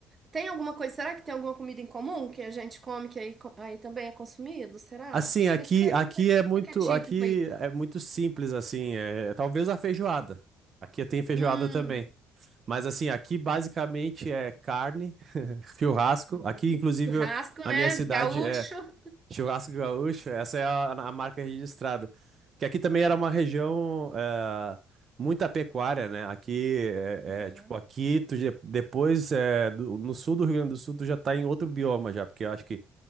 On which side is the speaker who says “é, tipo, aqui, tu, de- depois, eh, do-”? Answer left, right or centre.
Right